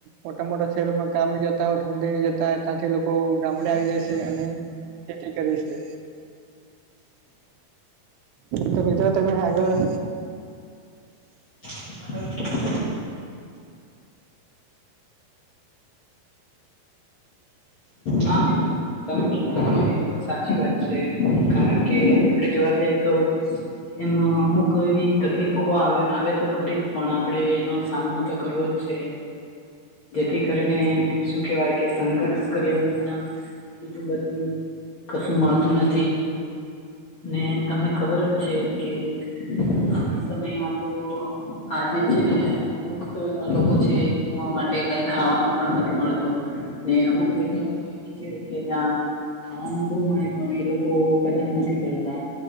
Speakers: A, on the right (about 90°); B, on the left (about 60°).
A: મોટા મોટા શહેરોમાં કામે જતા હોવ ઠંડી જતા હોય ત્યાંથી લોકો ગામડે આવી જાય છે અને ખેતી કરે છે. તો બીજો તમે હાજર હોય.
B: <unintelligible> હા મિત્ર તમે કીધો એવ સાચી વાત છે કારણ કે આપડે જોવા જઈએ તો એમાં અમુક એવી તકલીફો આવે આવે તો ખરી જ પણ આપડે એનો સામનો તો કરવો જ છે. જેથી કરીને શું કેહેવાય કે સંઘર્ષ કર્યા ના બીજું બધું કશું મળતું નથી ને તમને ખબર જ છે કે હાલના સમયમાં તો આજે છે. અમુક તો એવા લોકો છે એ લોકો માટે કઈ ખાવાનો પણ નથી મળતો. ને અમુક જગ્યા તો એવી છે કે જ્યાં ખાવાનું બહુ મળે પણ એ લોકો કદર નથી કરતા.